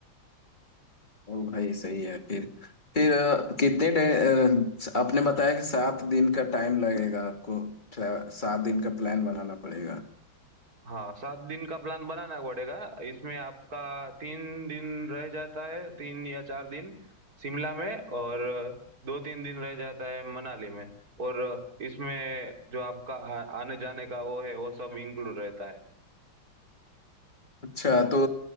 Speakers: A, on the left; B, on the right.
A: ओ भाई सही है फिर फिर अ, कितने डे- अ, आपने बताया कि सात दिन का टाइम लगेगा आपको ट्रैव- सात दिन का प्लान बनाना पड़ेगा
B: हाँ सात दिन का प्लान बनाना पड़ेगा इसमें आपका तीन दिन रह जाता है तीन या चार दिन शिमला में और दो तीन दिन रह जाता है मनाली में और इसमें जो आपका आ- आने जाने का वो है वो सब इंक्लूड रहता है
A: अच्छा तो